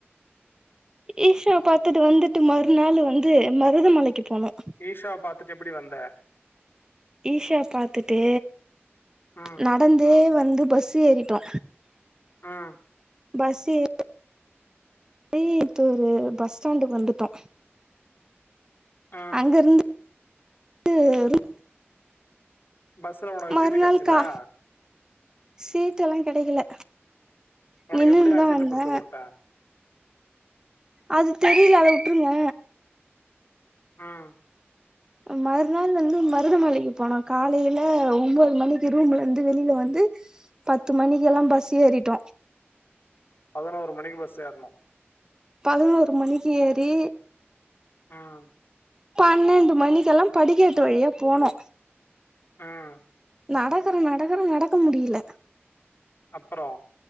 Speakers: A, on the right (about 15°); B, on the left (about 55°).
A: ஈஷாவ பாத்தட்டு வந்துட்டு மறுநாள் வந்து மருதமலைக்கு போனோ
B: ஈஷா பாத்துட் டு எப்பிடி வந்த?
A: ஈஷா பாத்துட்டு
B: ம்.
A: நடந்தே வந் து பஸ் ஏறிட்டோ.
B: ம். ம்.
A: பஸ் ஏ <inaudible> றி கோயம்த்தூரு பஸ் ஸ்டாண்டுக்கு வந்துட்டோ
B: ம்.
A: அங்க இருந்து <inaudible>
B: பஸ்ல உனக்கு
A: மறுநாள்
B: சீட்டு கிடைச்சதா?
A: கா சீட்டெல்லா கெடைக்கல.
B: உனக்கு
A: நின்னுன்னுதா
B: எப்பிடி நா சீட்டு
A: வந்தே
B: புடிச்சு குடுத்தே
A: அது தெரியல அத உட்ருங்க.
B: ம்
A: அ மறுநாள் வந்து மருதமலைக்கு போனோ காலைல ஒம்போது மணிக்கி ரூம்புல இருந்து வெளில வந்து பத்து மணிக்கெல்லா பஸ் ஏறிட்டோ.
B: பதனோரு மணிக்கு பஸ் ஏறுனோ.
A: பதனோரு மணிக்கி ஏறி
B: ம்
A: பன்னெண்டு மணிக்கெல்லாம் படிக்கட்டு வழியா போனோ.
B: ம்
A: நடக்கற நடக்கற நடக்க முடியல.
B: அப்பறோ?